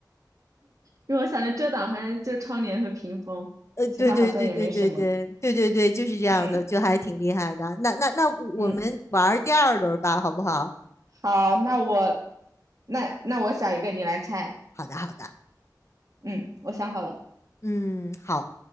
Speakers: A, on the right; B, on the left.
A: 因为我想着遮挡好像就窗帘和屏风，
B: 呃，对对对对对对对对对，
A: 其他好像也没什么。
B: 就是这样的，
A: 嗯
B: 就还挺厉害的。那那那我们玩第二轮吧，
A: 嗯，
B: 好不好？
A: 好，那我那那我想一个，你来猜。
B: 好的好的，
A: 嗯，我想好了。
B: 嗯好。